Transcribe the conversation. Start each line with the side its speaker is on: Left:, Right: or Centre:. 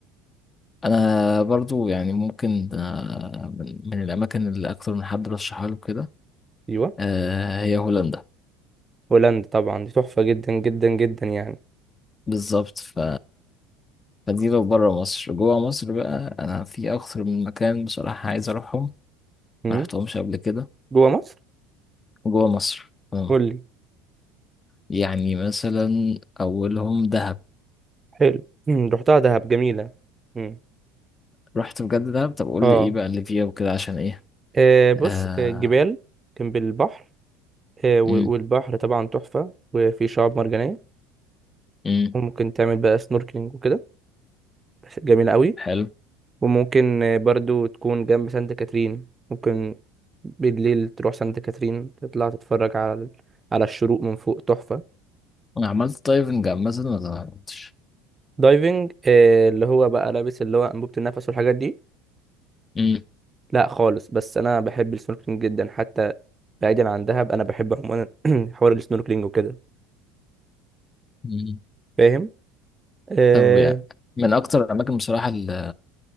Left: انا برضو يعني ممكن آه، من من الاماكن اللي اكتر من حد رشحها له كده
Right: ايوه
Left: آه، هي هولندا
Right: هولندا طبعا دي تحفه جدا جدا جدا يعني
Left: بالظبط ف فدي لو بره مصر جوه مصر بقى انا في اكتر من مكان بصراحة عايز اروحهم
Right: مم.
Left: ما رحتهمش قبل كده
Right: جوه مصر
Left: جوه مصر أه.
Right: قول لي
Left: يعني مثلا اولهم دهب
Right: حلو مم. رحتها دهب جميله مم.
Left: رحت بجد دهب طب قول
Right: اه
Left: لي ايه بقى اللي فيها وكده عشان ايه
Right: آه، بص
Left: آه...
Right: آه، جبال جنب البحر آه، و-
Left: امم
Right: والبحر طبعا تحفة وفي شعاب مرجانية
Left: امم
Right: وممكن تعمل بقى سنوركلينج وكده بس جميلة قوي
Left: حلو
Right: وممكن آه، برضو تكون جنب سانت كاترين ممكن بالليل تروح سانت كاترين تطلع تتفرج على ال- على الشروق من فوق تحفة
Left: انا عملت دايفنج مثلا ولا ما عملتش
Right: دايفنج آه، اللي هو بقى لابس اللي هو أنبوبة النفس والحاجات دي
Left: امم
Right: لا خالص بس أنا بحب السنوركلينج جدا حتى بعيدا عن دهب أنا بحب عموما <clears throat> حوار السنوركلينج وكده
Left: أمم.
Right: فاهم آه،
Left: طب يعني من اكتر الاماكن بصراحة اللي